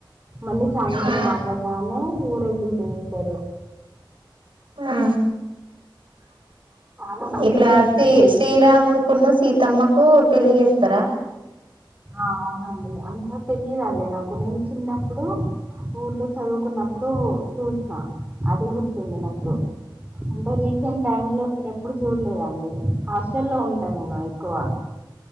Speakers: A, on the right (about 20°); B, on the right (about 75°).
A: మళ్ళీ సాయంత్రం
B: ఆ
A: అవగానే ఊరే అస్తస్తార
B: ఆ
A: చాలా మంచిగా
B: ఇట్లా
A: అనిపిస్తదండి
B: శ శ్రీరాముని పన్న సీత తమకు పెళ్ళి చేస్తారా
A: ఆ అవునండి అంతకా తెలియదుండి నాకు నేను చిన్నప్పుడు ఊర్లో చదువుకున్నప్పుడు చూసిన అది వంది నాకు అంటే రీసెంట్ టైమ్ లో నేను ఎప్పుడు చూడలేదండి హాస్ట లో ఉంటా నేను ఎక్కువ